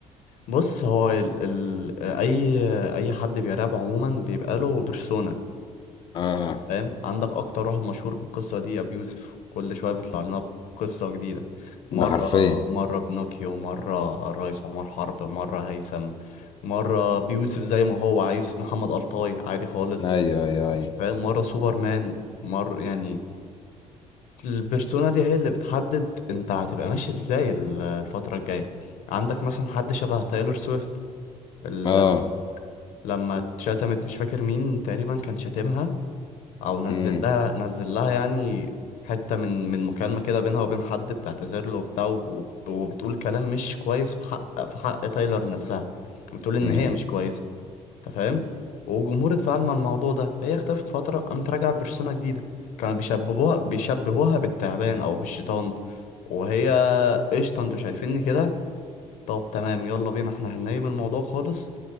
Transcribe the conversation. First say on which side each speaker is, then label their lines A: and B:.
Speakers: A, on the left (about 80°); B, on the left (about 35°).
A: بص هو ال... ال... آه، اي اي حد بيراب عموما بيبقى له بيرسونا
B: اه
A: فاهم عندك اكتر واحد مشهور بالقصه دي ابي يوسف كل شويه بيطلع لنا بقصه جديده مره
B: ده حرفيا
A: مره بنوكيو مره الريس عمر حرب مره هيثم مره بيوسف زي ما هو عايز يوسف محمد الطاي عادي خالص
B: ايوه ايوه ايوه
A: فاهم مره سوبرمان مره يعني البرسونا دي هي اللي بتحدد انت هتبقى ماشي ازاي ال- الفتره الجايه عندك مثلا حد شبه تايلور سويفت ال...
B: اه
A: لما اتشتمت مش فاكر مين تقريبا كان شاتمها او نزل
B: امم
A: لها نزل لها يعني حتة من من مكالمة كده بينها وبين حد بتعتذر له وبتاع وب- وبتقول كلام مش كويس في حق في حق تايلر نفسها بتقول ان
B: امم
A: هي مش كويسة انت فاهم والجمهور اتفاعل مع الموضوع ده هي اختفت فترة قامت راجعة بيرسونا جديدة كانوا بيشبهوها بيشبهوها بالتعبان او بالشيطان وهي قشطة انتوا شايفيني كده طب تمام يلا بينا احنا هننام الموضوع خالص